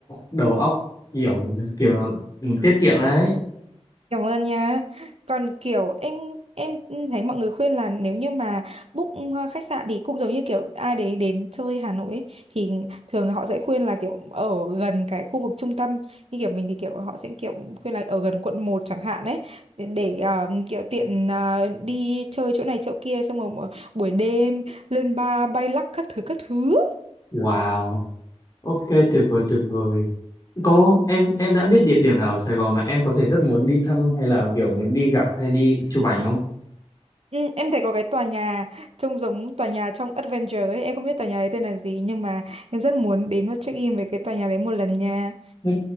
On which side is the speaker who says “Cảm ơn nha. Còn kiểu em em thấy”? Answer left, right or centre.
Right